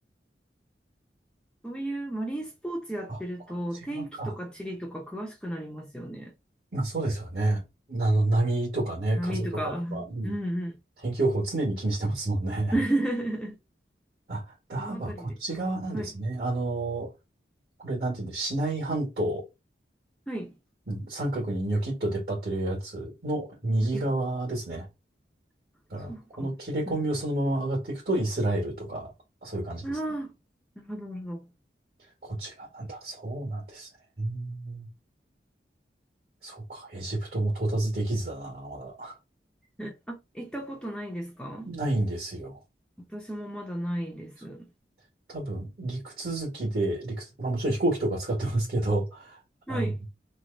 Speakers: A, in the centre; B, on the right (about 55°).
A: そういうマリンスポーツやってると、
B: あ、こっち側か。
A: 天気とか地理とか詳しくなりますよね。
B: まあそうですよね。あの、波とかね、
A: 波とか。
B: 風とかやっぱ、うん、
A: うんうん。
B: 天気予報常に気にしてますもんね。
A: <laughs>
B: <laughs> あ、ダハバこっち側なんですね。
A: どのあたりでしたはい。
B: あの、これなんていうんだ、シナイ半島、
A: はい。
B: うん三角にニョキッと出っ張ってるやつの右側ですね。
A: はい。
B: だから、
A: そうか。
B: この切れ込みをそのまま上がっていくとイスラエルとか、
A: うん。
B: そういう感じですね。
A: ああ、なるほど、なるほど。
B: こっち側なんだ。そうなんですね。うんそうか、エジプトも到達できずだな、まだ。
A: <laughs> あ、行ったことないですか
B: ないんですよ。
A: 私もまだないです。
B: そう多分、陸続きで、陸、まあもちろん飛行機とか使ってますけど、<laughs>
A: はい。
B: あの、